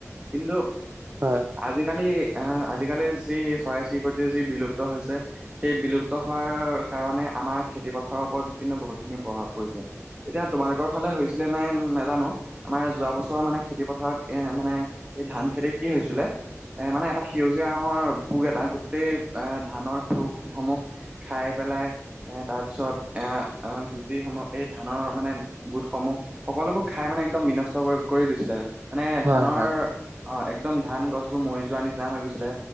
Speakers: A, on the right (about 20°); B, on the right (about 50°).
A: কিন্তু
B: হয়।
A: আজিকালি অহ, আজিকালি যি চৰাই-চিৰিকতি যি বিলুপ্ত হৈছে। সেই বিলুপ্ত হোৱাৰ কাৰণে আমাৰ খেতি পথাৰৰ ওপৰত কিন্তু বহুতখিনি প্ৰভাৱ পৰিছে। এতিয়া তোমালোকৰ ফালে হৈছিলে নাই নাজানোঁ। আমাৰ যোৱা বছৰৰ মানে খেতি পথাৰত এ মানে এই ধান খেতিত কি হৈছিলে। এ মানে এটা সেউজীয়া ৰঙৰ পোক এটা গোটেই এ ধানৰ ঠোকসমূহ খায় পেলাই এ তাৰপিছত এ গুজিসমূহ এই ধানৰ মানে গোটসমূহ। সকলোবোৰ খাই মানে একদম বিনষ্ট কৰি-কৰি দিছিলে। মানে
B: হয়
A: ধানৰ
B: হয়
A: অহ একদম ধান গছবোৰ মৰি যোৱা নিচিনা হৈ গৈছিলে।